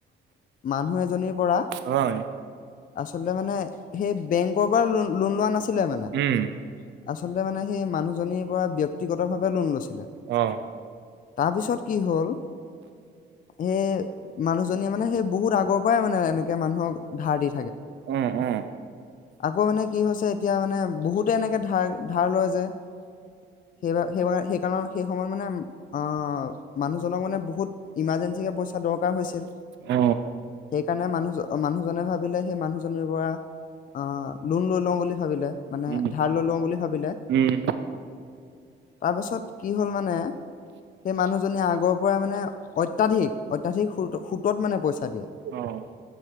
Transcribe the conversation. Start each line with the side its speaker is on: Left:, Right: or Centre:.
Left: মানুহ এজনীৰ পৰা
Right: হয়
Left: আচলতে মানে, সেই বেংকৰ পৰা ল-লোন লোৱা নাছিলে মানে,
Right: উম।
Left: আচলতে মানে সেই মানুহজনীৰ পৰা ব্যক্তিগত ভাৱে লোন লৈছিল।
Right: অ
Left: তাৰপিছত কি হ'ল সেই মানুহজনীয়ে মানে সেই বহুত আগৰ পৰাই মানে এনেকে মানুহক ধাৰ দি
Right: অ অ
Left: আকৌ মানে কি হৈছে, এতিয়া মানে বহুতে এনেকে ধাৰ ধাৰ লোৱা যায়, সেইবা-সেইব সেই কাৰণ সেই সময়ত মানে, অ', মানুহজনক মানে বহুত ইমাৰৰ্জেঞ্চি কে পইচা দৰকাৰ হৈছিল
Right: অ
Left: সেইকাৰণে মানু- মানুহজনে ভাবি সেই মানুহজনীৰ পৰা আহ', লোন লৈ লওঁ বুলি ভাবিলে। মানে
Right: উম
Left: ধাৰ লৈ লও বুলি ভাবিলে।
Right: উম
Left: তাৰপিছত কি হ'ল মানে, সেই মানুহজনীয়ে আগৰ পৰাই মানে অত্যাধিক- অত্যাধিক সুত- সুতত মানে পইচা দিয়ে।
Right: অ'।